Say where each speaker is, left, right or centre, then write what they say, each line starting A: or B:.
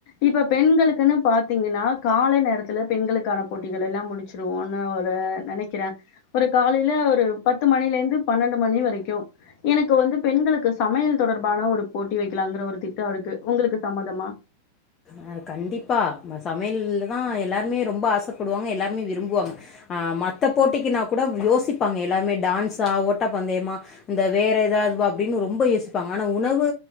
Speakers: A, on the left; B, on the left.
A: இப்ப பெண்களுக்குன்னு பாத் த்தீங்கன்னா காலை நேரத்துல பெண்களுக்கான போட்டிகள் எல்லாம் முடிச்சிருவோன்னு ஒரு நெனக்கிறே ஒரு காலைல ஒரு பத்து மணில இருந்து பன்னெண்டு மணி வரைக்கு எனக்கு வந்து பெண்களுக்கு சமையல் தொடர்பான ஒரு போட்டி வைக்கலாங்கிற ஒரு திட்டம் இருக்கு. உங்களுக்கு சம்மதமா?
B: அ கண்டிப்பா, சமையல் தான் எல்லாருமே ரொம்ப ஆசப்படுவாங்க. எல்லாருமே விரும்புவாங்க. ஆ மத்த போட்டிக்குனா கூட யோசிப்பாங்க எல்லாருமே. டான்ஸா ஓட்ட பந்தயமா? இந்த வேற எதாவ்துவா அப்டின்னு ரொம்ப யோசிப்பாங்க. ஆனா உணவு